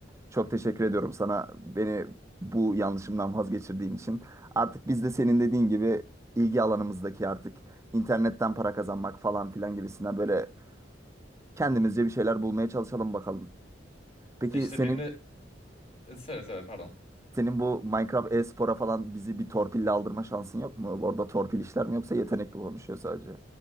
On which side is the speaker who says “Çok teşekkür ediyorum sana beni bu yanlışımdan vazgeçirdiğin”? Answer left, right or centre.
Right